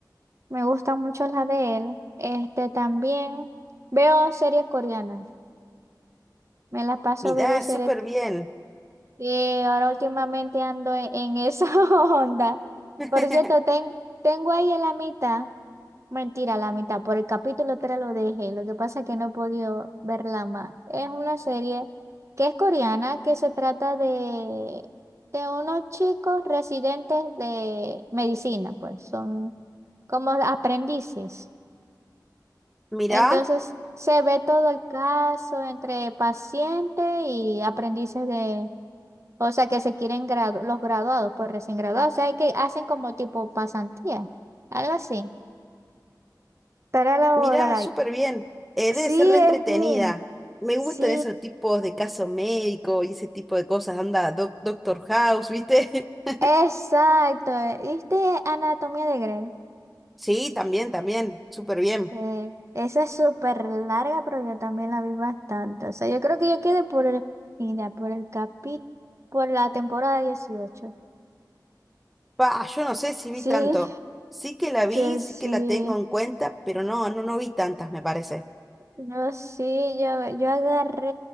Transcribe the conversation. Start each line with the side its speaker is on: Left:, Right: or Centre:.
Right: me gustan mucho las de él. Este también veo series coreanas, me las paso
Centre: Mirá,
Right: ver series
Centre: súper bien.
Right: y ahora últimamente ando en, en esa <laughs> onda.
Centre: <laughs>
Right: Por cierto, ten- tengo ahí en la mitad. Mentira, la mitad. Por el capítulo 3 lo dejé. Lo que pasa es que no he podido verla más. Es una serie que es coreana, que se trata de, de unos chicos residentes de medicina, pues son como aprendices.
Centre: Mirá,
Right: Entonces se ve todo el caso entre pacientes y aprendices de, o sea, que se quieren gradu- los graduados, pues recién graduados. O sea, hay que hacen como tipo pasantía, algo así. Estará la
Centre: mirá,
Right: hora
Centre: súper bien. Eh,
Right: Sí,
Centre: debe ser re entretenida.
Right: es bien.
Centre: Me gustan
Right: Sí,
Centre: esos tipos de caso médico y ese tipo de cosas. Anda, Doc- Doctor House, ¿viste? <laughs>
Right: exacto. eh, ¿Viste Anatomía de Grey?
Centre: Sí, también, también, súper bien.
Right: Eh, esa es súper larga, pero yo también la vi bastante. O sea, yo creo que yo quedé por el, mira, por el capi, por la temporada 18.
Centre: Pa, yo no sé si
Right: Sí,
Centre: vi tanto. Sí que la vi,
Right: yo
Centre: sí
Right: sí.
Centre: que la tengo en cuenta, pero no, no, no vi tantas, me parece.
Right: No, sí, yo, yo agarré